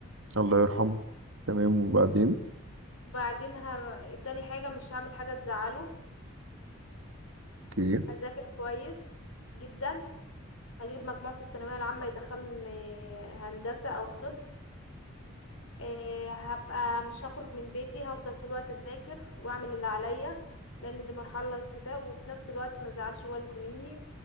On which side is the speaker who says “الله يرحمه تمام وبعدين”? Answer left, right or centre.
Right